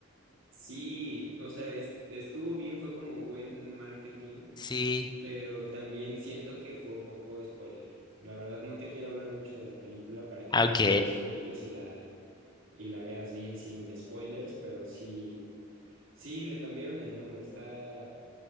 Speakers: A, on the right; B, on the left.
A: Sí, o sea, es- estuvo bien, fue como buen marketing,
B: Sí.
A: pero también siento que fue un poco spoiler. La verdad no te quiero hablar mucho de la película para que
B: Ah,
A: la
B: Ok.
A: disfrutes y la y la veas bien sin spoilers, pero sí Sí, le cambiaron el nombre, está...